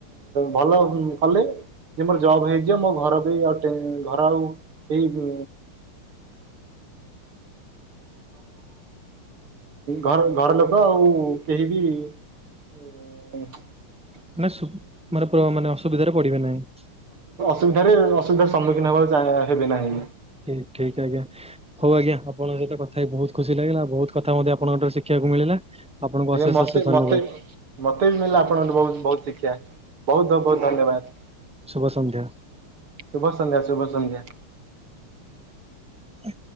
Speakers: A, on the right (about 75°); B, in the centre.
A: ଭଲ କଲେ ଯେ ମୋର ଜବ୍ ହେଇଯିବ ମୋ ଘର ବି ଆଉ ଘର ଆଉ କେହି ହୁଁ। ଘର ଘର ଲୋକ ଆଉ କେହି ବି <unintelligible>
B: ନା <unintelligible> ପ୍ରଭାବ ମାନେ ଅସୁବିଧାରେ ପଡିବା ନାହିଁ।
A: ଅସୁିଧାରେ ଅସୁବିଧାର ସମ୍ମୁଖୀନ ହେବାକୁ ଚାହିଁ ହେବିନାହିଁ।
B: ଠିକ୍ ଠିକ ଆଜ୍ଞା ହଉ ଆଜ୍ଞା ଆପଙ୍କ ସହିତ କଥାହୋଇ ବହୁତ ଖୁସି ଲାଗିଲା ବହୁତ କଥା ମଧ୍ୟ ଆପଣଙ୍କଠାରୁ ଶିଖିବା ବାକୁ ମିଳିଲା। ଆପଣଙ୍କୁ
A: ଆଜ୍ଞା
B: ଅଶେଷ
A: ମତେ
B: ଅଶେଷ ଧନ୍ୟବାଦ
A: ମତେ ମତେ ବି ମିଳିଲା ଆପଣଙ୍କଠୁ ବହୁତ ବହୁତ ଶିଖ ଆ ବହୁତ ବହୁତ ଧନ୍ୟବାଦ।
B: ଶୁଭ ସନ୍ଧ୍ୟା।
A: ଶୁଭ ସନ୍ଧ୍ୟା ଶୁଭ ସନ୍ଧ୍ୟା।
B: ହ।